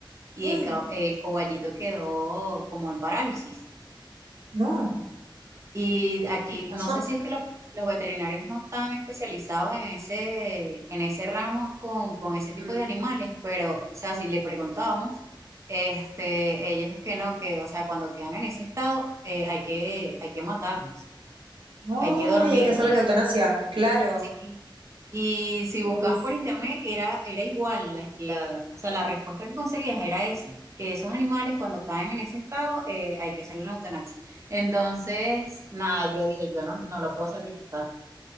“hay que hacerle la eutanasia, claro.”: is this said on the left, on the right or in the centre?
Right